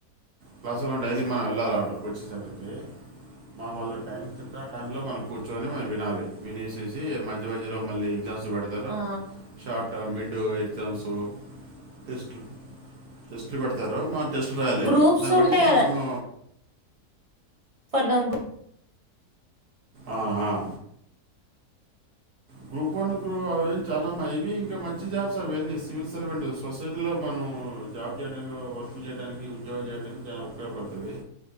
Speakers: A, on the right; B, on the right.
A: class daily మనం ఎళ్ళాలన్నట్టు కోచింగ్ సెంటర్కి. మన వాళ్ళ టైం చెప్తే ఆ టైమ్ లో మనం కూర్చొని మనం వినాలి, వినేసేసి మధ్య మధ్యలో మళ్ళీ ఎగ్జామ్స్ చ్చోబెడతరు,
B: ఆ
A: షార్ట్ మిడ్ ఎక్సామ్సు టెస్ట్లు టెస్ట్లు పెడతారు మా టెస్ట్లు రాయాలి,
B: గ్రూప్స్
A: దాన్ని బట్టి
B: ఉంటాయి
A: మనము
B: <unintelligible> గు
A: ఆ ఆ గ్రూప్ వన్ గ్రూ అవీ చాలా మ ఇవి ఇంకా మంచి జాబ్స్ అవన్నీ సివిల్ సర్వెంట్ సొసైటీలో మనం మూ జాబ్ జేయడానికి వర్క్ జేయడానికి ఉద్యోగం జేయడానికి చాలా ఉపయోగపడుతది